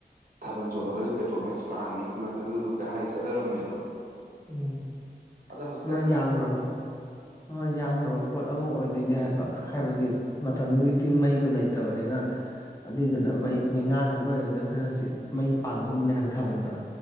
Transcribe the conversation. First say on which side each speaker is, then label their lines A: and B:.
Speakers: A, on the right; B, on the left.
A: ꯊꯥꯕꯜ ꯆꯣꯡꯕꯗꯒꯤꯒ ꯄꯦꯇ꯭ꯔꯣꯜ ꯃꯦꯛꯁ ꯄꯥꯡꯅꯤ ꯈꯨꯂꯪ ꯑꯗꯨꯗꯨ ꯀꯩ ꯍꯥꯏ ꯆꯠꯅꯔꯝꯃꯦꯗꯣ
B: ꯎꯝ
A: ꯑꯗ ꯍꯧꯖꯤꯛ
B: ꯃꯃꯜ ꯌꯥꯝꯈ꯭ꯔꯕ ꯃꯃꯜ ꯌꯥꯝꯈ꯭ꯔꯕ ꯄꯣꯠ ꯑꯃ ꯑꯣꯏꯗꯣꯏꯅꯦ ꯍꯥꯏꯕ ꯍꯥꯏꯕꯗꯤ ꯃꯇꯝꯗꯨꯒꯤꯗꯤ ꯃꯩꯗꯣ ꯂꯩꯇꯕꯅꯤꯅ ꯑꯗꯨꯏꯗꯨꯅ ꯃꯩ ꯃꯩꯉꯥꯥꯟ ꯑꯃ ꯑꯣꯏꯔꯒꯗꯤ ꯑꯩꯈꯣꯏꯅ ꯍꯧꯖꯤꯛ ꯃꯩ ꯄꯥꯡꯒꯨꯝꯅꯦ ꯍꯥꯏꯕ ꯊꯥꯕꯜꯗ